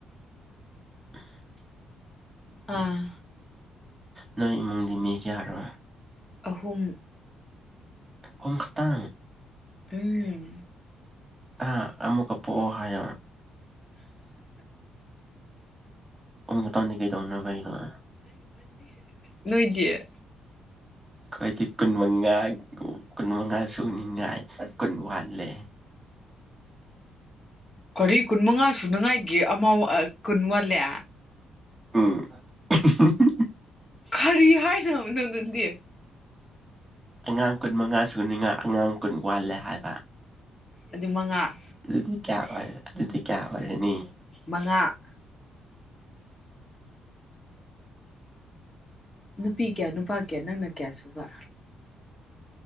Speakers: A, on the right; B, on the left.
A: <unintelligible>
B: ꯑꯥ
A: ꯅꯣꯏ ꯏꯃꯨꯡꯗꯤ ꯃꯤ ꯀꯌꯥꯔꯣ
B: ꯑꯍꯨꯝ
A: ꯑꯣꯣꯡꯈ ꯇ
B: ꯍꯝ
A: ꯑ ꯑꯃꯃꯨꯀ ꯄ ꯍꯥꯏ ꯑꯣ ꯇꯅꯤ ꯀꯩꯗꯔ
B: ꯅꯣꯏꯗꯌꯦ
A: ꯑꯩꯈꯣꯏꯗꯤ ꯀꯨꯟ ꯃꯉꯥ ꯀꯨꯟ ꯃꯉꯥ ꯁꯨꯅꯤꯡꯉꯥꯏ ꯀꯨꯟ ꯋꯥꯠꯂꯦ
B: ꯀꯔꯤ ꯀꯨꯟ ꯃꯉꯥ ꯁꯨꯅꯉꯥꯏꯒꯤꯦ ꯑꯃ ꯀꯨꯟ ꯋꯥꯜꯂꯦ
A: ꯑꯥ
B: ꯀꯔꯤ ꯍꯥꯏꯅꯕꯅꯣ ꯑꯗꯨꯗꯤ
A: ꯑꯉꯥꯡ ꯀꯨꯟ ꯃꯉꯥ ꯁꯨꯅꯤꯉꯥ ꯑꯉꯥꯡ ꯀꯨꯟ ꯋꯥꯜꯂꯦ ꯍꯥꯏꯕ
B: ꯑꯗꯨ ꯃꯉꯥ
A: ꯑꯗꯨꯗꯤ ꯀꯌꯥ ꯑꯣꯏꯔ ꯑꯗꯨꯗꯤ ꯀꯌꯥ ꯑꯣꯏꯔꯅꯤ
B: ꯃꯉꯥ ꯅꯨꯄꯤ ꯀꯌꯥ ꯅꯨꯄꯥ ꯀꯌꯥ ꯅꯪꯅ ꯀꯌꯥ ꯁꯨꯕ